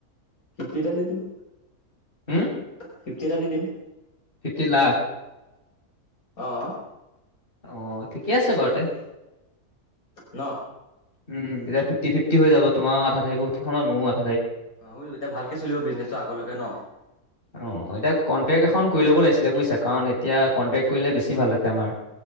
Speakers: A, on the left; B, on the left.
A: ফিপ্তিটা দি দিম।
B: হম
A: ফিফটি এটা দি দিম
B: ফিপ্তি লাখ
A: অ
B: অহ ঠিকেই আছে বাৰু তে।
A: ন
B: উম তেতিয়া ফিফটি ফিফটি হৈ যাব তোমাৰ আধা থাকিব সেইখনত মোৰো আ
A: অ এতিয়া ভালকে চলিব বিজনেচটো আগলৈকে ন
B: অঁ এতিয়া কণ্টেক্ট এখন কৰি ল'ব লাগিছিলে। বুজিছা কাৰণ এতিয়া কণ্টেক্ট কৰিলে বেছি ভাল হতে আমাৰ।